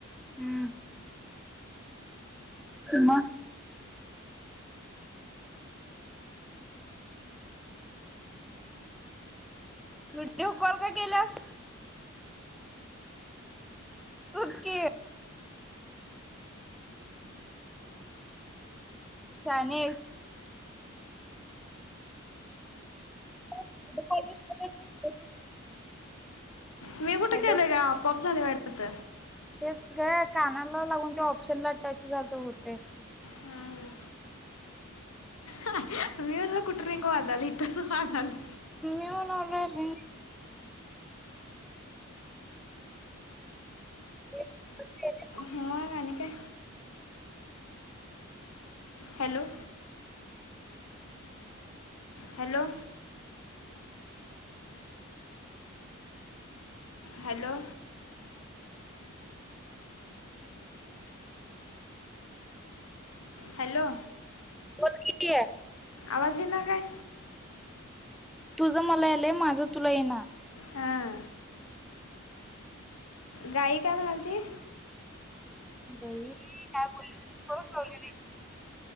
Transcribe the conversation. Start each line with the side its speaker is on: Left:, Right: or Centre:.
Centre: हम म विडिओ कॉल का केेल्यास तूच की शानी आहेस <unintelligible>
Left: मी कुठे
Centre: हॅलो
Left: केलंय ग आपॉप झालय वाटत
Centre: तेच ग कानाला लागून ते ऑप्शन ला टच जात होतय
Left: हम्म हम मी म्हंटल कुट वाजली इथ वाजाली
Centre: मव नोडय <unintelligible>
Left: मग आणि काय हॅलो हॅलो हॅलो हॅलो
Centre: होर क आहे
Left: आवाजी ना काय
Centre: तुझं मला यालंय माझं तुला येणार
Left: हां गाई का म्हलती
Centre: गई काय बोललीस खरच लावली नाही